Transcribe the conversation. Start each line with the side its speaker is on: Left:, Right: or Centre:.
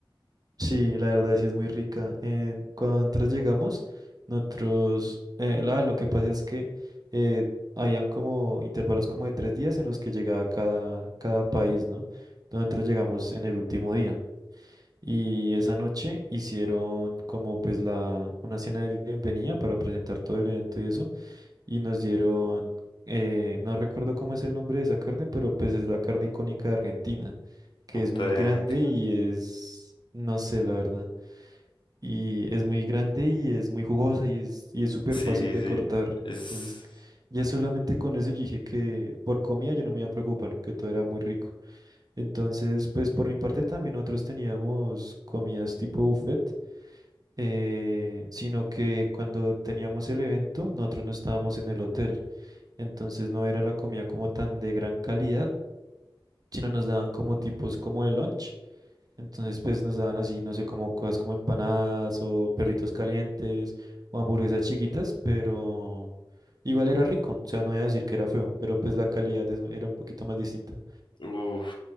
Right: Sí, la verdad sí es muy rica. Eh, cuando nosotros llegamos, nosotros, eh, la- lo que pasa es que eh, habían como intervalos como de tres días en los que llegaba cada, cada país, ¿no? Nosotros llegamos en el último día. Y esa noche hicieron como pues la, una cena de bienvenida para presentar todo el evento y eso. Y nos dieron, eh, no recuerdo cómo es el nombre de esa carne, pero pues es la carne icónica de Argentina, que
Left: Punta
Right: es muy
Left: de
Right: grande
Left: Anca.
Right: y es, no sé la verdad. Y es muy grande y es muy jugosa y es, y es súper
Left: Sí,
Right: fácil de
Left: sí.
Right: cortar.
Left: Es...
Right: Entonces ya solamente con eso yo dije que por comida yo no me iba a preocupar, que todo era muy rico. Entonces, pues por mi parte también nosotros teníamos comidas tipo buffet, eh, sino que cuando teníamos el evento, nosotros no estábamos en el hotel, entonces no era la comida como tan de gran calidad, sino nos daban como tipos como de lunch, entonces pues nos daban así, no sé, como cosas como empanadas o perritos calientes o hamburguesas chiquitas, pero igual era rico, o sea, no voy a decir que era feo, pero pues la calidad es- era un poquito más distinta.
Left: Uf,